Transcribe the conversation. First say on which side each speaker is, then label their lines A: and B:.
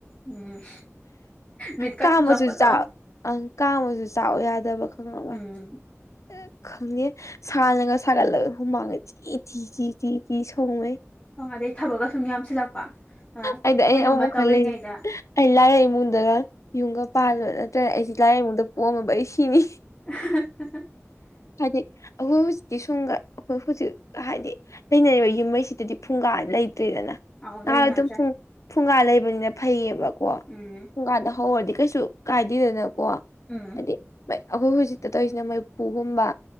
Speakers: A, on the left; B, on the left.
A: ꯎꯝ ꯃꯤꯠꯀ
B: ꯀꯥꯝꯃꯁꯨ
A: ꯊꯨꯞꯂꯛꯄꯗꯣ
B: ꯆꯥꯛ ꯑꯪ ꯀꯥꯝꯃꯁꯨ ꯆꯥꯛꯑꯣ ꯌꯥꯗꯕ <unintelligible>
A: ꯎꯝ
B: <unintelligible> ꯁꯥꯅꯒ ꯁꯥꯒꯠꯂꯒ ꯍꯨꯃꯥꯡꯒ ꯆꯤ ꯆꯤ ꯆꯤ ꯆꯤ ꯆꯤ ꯁꯧꯉꯩ
A: <unintelligible> ꯑꯗꯩ ꯊꯕꯛꯀ ꯁꯨꯝ ꯌꯥꯝꯁꯤꯜꯂꯛꯄ ꯑ
B: ꯑꯩꯗꯤ ꯑꯩ
A: ꯀꯩꯅꯣꯝꯃ
B: ꯑꯃꯨꯛ
A: ꯇꯧꯔꯤꯉꯩꯗ
B: ꯈꯜꯂꯦ ꯑꯩ ꯂꯥꯏꯔ ꯏꯃꯨꯡꯗꯒ ꯌꯨꯝꯒ ꯄꯥꯜ <unintelligible> <unintelligible> ꯑꯩꯁꯤ ꯂꯥꯏꯔ ꯏꯃꯨꯡꯗ ꯄꯣꯛꯑꯝꯃꯕ ꯑꯩ ꯁꯤꯅꯤ
A: <unintelligible>
B: ꯍꯥꯏꯗꯤ ꯑꯩꯈꯣꯏ ꯍꯧꯖꯤꯛꯇꯤ <unintelligible> ꯑꯩꯈꯣꯏ ꯍꯧꯖꯤꯛ ꯍꯥꯏꯗꯤ ꯂꯩꯅꯔꯤꯕ ꯌꯨꯝ <unintelligible> ꯁꯤꯗꯗꯤ ꯐꯨꯡꯒꯥ ꯂꯩꯇ꯭ꯔꯦꯗꯅ
A: ꯑꯧ ꯂꯩꯅꯗ꯭ꯔꯦ
B: ꯅꯍꯥꯟ ꯑꯗꯨꯝ ꯐꯨꯡ ꯐꯨꯡꯒꯥ ꯂꯩꯕꯅꯤꯅ ꯐꯩꯌꯦꯕꯀꯣ
A: ꯎꯝ
B: ꯐꯨꯡꯒꯥꯗ ꯍꯧꯔꯗꯤ ꯀꯩꯁꯨ ꯀꯥꯏꯗꯦꯗꯅꯀꯣ
A: ꯎꯝ
B: ꯍꯥꯏꯗꯤ ꯑꯩꯈꯣꯏ ꯍꯧꯖꯤꯛꯇ ꯇꯧꯔꯤꯁꯤꯅ ꯃꯩꯐꯨꯒꯨꯝꯕ